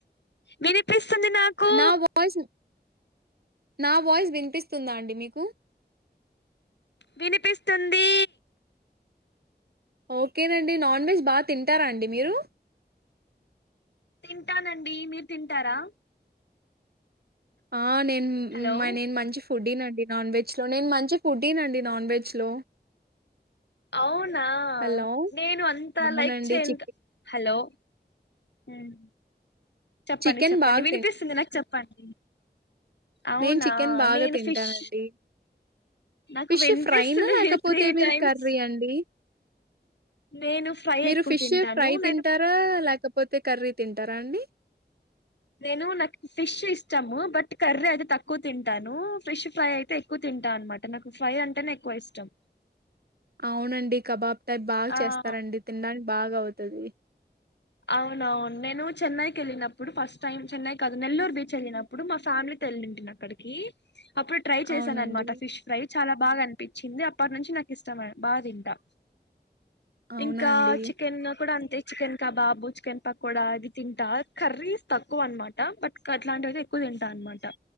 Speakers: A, on the left; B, on the right.
A: వినిపిస్తుంది నాకు
B: నా వాయిస్ నా వాయిస్ వినిపిస్తుందా అండి మీకు
A: వినిపిస్తుందీ
B: ఓకేనండి నాన్ వెజ్ బాగా తింటారా అండి మీరు
A: తింటానండి మీరు తింటారా
B: ఆ నేన్
A: హలో
B: మ <unintelligible> నేను మంచి ఫుడ్డి నండి నాన్ వెజ్ లో నేను మంచి ఫుడ్డి నండి నాన్ వెజ్ లో
A: అవునా
B: హలో
A: నేను అంత
B: అవునండి
A: లైక్ చేయను
B: చికెన్
A: క హలో హ్మ్ చెప్పండి
B: చికెన్
A: చెప్పండి
B: బాగా
A: వినిపిస్తుంది నాకు చెప్పండి. అవునా
B: నేన్ చికెన్ బాగా
A: నేను
B: తింటానండి.
A: ఫిష్ నాకు
B: ఫిష్
A: వినిపిస్తుంది
B: ఫ్రై నా లేకపోతే
A: మీరు త్రీ
B: మీరు
A: టైమ్స్
B: కర్రీ అండి
A: నేను ఫ్రై
B: మీరు
A: ఎక్కువ
B: ఫిష్
A: తింటాను
B: ఫ్రై తింటారా
A: నేను
B: లేకపో తే కర్రీ తింటారా అండి.
A: నేను నాక్ ఫిష్ ఇష్టము బట్ కర్రీ అయితే తక్కువ తింటాను ఫిష్ ఫ్రై అయితే ఎక్కువ తి తింటా అనమాట నాకు ఫ్రై అంటేనే ఎక్కువ ఇష్టం.
B: అవునండి కబాబ్ టైప్ బా చేస్తారండి
A: ఆ
B: తిండానికి బాగవుతది.
A: అవునవున్ నేను చెన్నైకి ఎళ్ళినప్పుడు ఫస్ట్ టైమ్ చెన్నై కాదు నెల్లూరు బీచ్ ఎళ్ళినప్పుడు మా ఫ్యామిలీ తెలింటిని అక్కడికి అప్పుడు ట్రై చేశాను
B: అవునండి.
A: అన్మాట ఫిష్ ఫ్రై చాలా బాగా అనిపించింది అప్పట్నుంచి నాకిష్టమే బాగా తింటా
B: అవునా
A: ఇంకా
B: అండి?
A: చికెన్లో కుడా అంతే చికెన్ కబాబు, చికెన్ పకోడా అది తింటా కర్రీస్ తక్కువ అన్మాట బట్ అట్లాంటివైతే ఎక్కువ తింటా మంటా